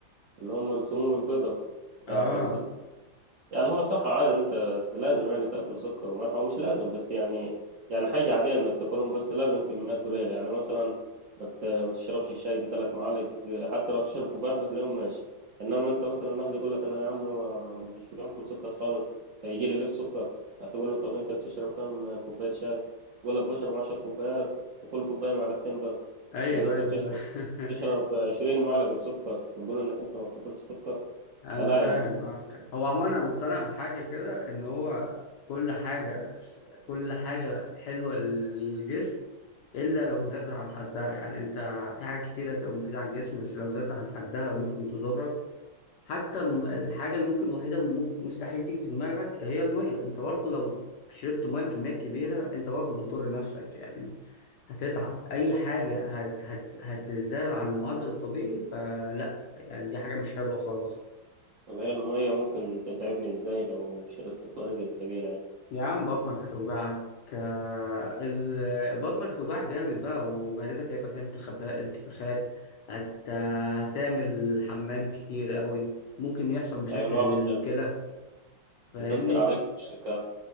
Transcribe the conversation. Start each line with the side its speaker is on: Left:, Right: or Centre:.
Right: اللي هم السموم البيضاء بتاعت
Left: اه
Right: ال- يعني هو صح عادي انت لازم يعني تاكل سكر وملح هو مش لازم بس يعني يعني حاجه عاديه انك تاكلهم بس لازم كميات قليله يعني مثلا ما ت- ما تشربش الشاي بثلاث معالق حتى لو تشرب كوبايه واحده في اليوم ماشي انما انت مثلا واحد يقول لك انا يا عم ما- مش باكل سكر خالص فيجي لي ليه السكر هتقول له طب انت بتشرب كام كوبايه شاي يقول لك بشرب عشر كوبايات وكل كوبايه معلقتين بس
Left: ايوه
Right: يعني انت
Left: ايوه
Right: بتشرب
Left: <laughs>
Right: تشرب 20 معلقه سكر وتقول انك انت ما بتاكلش سكر
Left: انا
Right: فلا
Left: فاهم
Right: يعني
Left: آه، اوكي هو عموما انا مقتنع بحاجه كده ان هو كل حاجه كل حاجه حلوه للجسم الا لو زادت عن حدها يعني انت في حاجات كتيره تبقى مفيده عن الجسم بس لو زادت عن حدها ممكن تضرك حتى الم- الحاجة اللي ممكن الوحيدة اللي ممكن- مستحيل تيجي في دماغك هي المية انت برضه لو شربت مية بكميات كبيرة انت برضه بتضر نفسك يعني هتتعب اي حاجة هت هت هتزداد عن المعدل الطبيعي فلا يعني دي حاجة مش حلوة خالص
Right: طب هي المية ممكن تتعبني ازاي لو شربت بطريقة كبيرة يعني
Left: يا عم بطنك هتوجعك آه، ال- بطنك هتوجعك جامد بقى ومعدتك هيبقى فيها انتخابات انتفاخات هت... هتعمل حمام كتير قوي ممكن يحصل مشاكل
Right: أي لو
Left: للكلى
Right: بت-
Left: فاهمني
Right: بتأثر عليك ك...